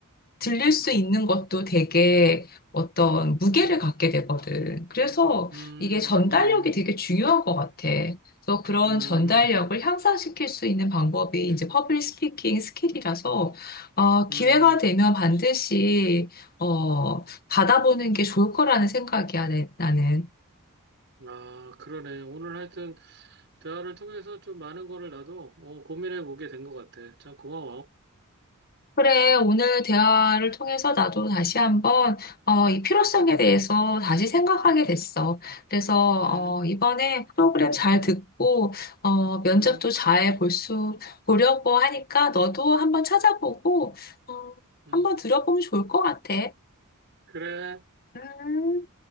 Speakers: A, on the left; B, on the right.
A: 들릴 수 있는 것도 되게 어떤 무게를 갖게 되거든. 그래서
B: 음,
A: 이게 전달력이 되게
B: 음,
A: 중요한 것 같아. 그래서 그런
B: 음,
A: 전달력을 향상시킬 수 있는 방법이 이제 퍼블릭 스피킹 스킬이라서 어, 기회가
B: 음.
A: 되면 반드시 어, 받아보는 게 좋을 거라는 생각이야, 내- 나는.
B: 아, 그러네. 오늘 하여튼 대화를 통해서 좀 많은 거를 나도 어, 고민해 보게 된 것 같아. 참 고마워.
A: 그래, 오늘 대화를 통해서 나도 다시 한번, 어, 이 필요성에 대해서 다시 생각하게 됐어. 그래서,
B: 음,
A: 어, 이번에 프로그램 잘 듣고, 어, 면접도
B: 음,
A: 잘 볼 수, 보려고 하니까 너도 한번 찾아보고,
B: 음,
A: 어,
B: 음.
A: 한번 들어보면 좋을 것 같아.
B: 그래.
A: 음.